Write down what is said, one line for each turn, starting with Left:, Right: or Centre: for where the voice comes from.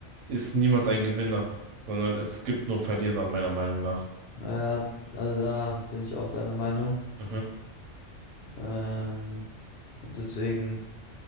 Right: ist niemand ein Gewinner, sondern es gibt nur Verlierer, meiner Meinung nach.
Left: Äh, also da bin ich auch deiner Meinung.
Right: Mhm.
Left: Ähm, und deswegen